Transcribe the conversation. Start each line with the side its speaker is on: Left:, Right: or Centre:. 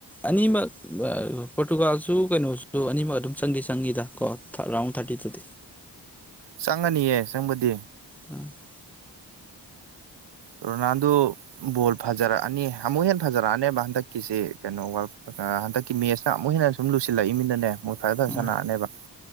Centre: ꯑꯅꯤꯃꯛ ꯄꯣꯔꯇꯨꯒꯥꯜꯁꯨ ꯀꯩꯅꯣꯁꯨ ꯑꯅꯤꯃꯛ ꯑꯗꯨꯝ ꯆꯪꯗꯤ ꯆꯪꯏꯗ ꯔꯥꯎꯟ ꯊꯥꯔꯇꯤꯦ
Right: ꯆꯪꯉꯅꯤꯌꯦ ꯆꯪꯕꯗꯤ
Centre: ꯎꯝ
Right: ꯔꯣꯅꯥꯜꯗꯣ ꯕꯣꯜ ꯐꯖꯔꯛꯑꯅꯤ ꯑꯃꯨꯛ ꯍꯦ ꯐꯖꯔꯛꯑꯅꯦꯕ ꯍꯟꯗꯛꯀꯤꯁꯤꯦ ꯀꯩꯅꯣ ꯋꯥꯔꯜ ꯀꯞ ꯍꯟꯗꯛꯀꯤ ꯃꯦꯁꯅ ꯑꯃꯨꯛ ꯍꯦꯟꯅ ꯁꯨꯝ ꯂꯨꯁꯤꯜꯂꯛꯏꯃꯤꯅꯅꯦ ꯃꯣꯏ ꯐꯖ ꯐꯖ
Centre: ꯎꯝ
Right: ꯁꯥꯟꯅꯔꯅꯦꯕ